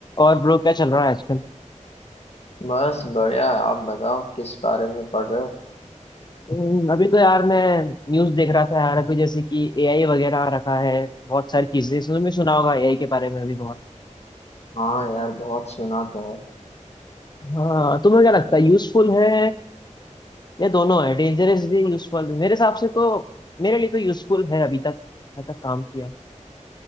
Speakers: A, on the left (about 35°); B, on the left (about 55°).
A: और ब्रो क्या चल रहा है आजकल
B: बस बढ़िया आप बताओ किस बारे में पढ़ रहे हो
A: हम्म, अभी तो यार मैं न्यूज़ देख रहा था यार अभी जैसे कि एआई वगैरह आ रखा है बहुत सारी चीजें तुमने सुना होगा एआई के बारे में भी बहुत
B: हाँ यार बहुत सुना तो है
A: हाँ तुम्हें क्या लगता है यूजफुल है या दोनों है डेंजरस भी यूजफुल भी मेरे हिसाब से तो मेरे लिए तो यूजफुल है अभी तक अभी तक काम किया है